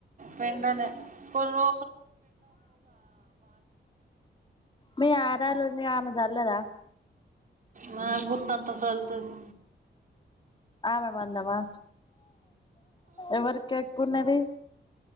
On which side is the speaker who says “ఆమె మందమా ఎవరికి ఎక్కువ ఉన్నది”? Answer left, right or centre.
Left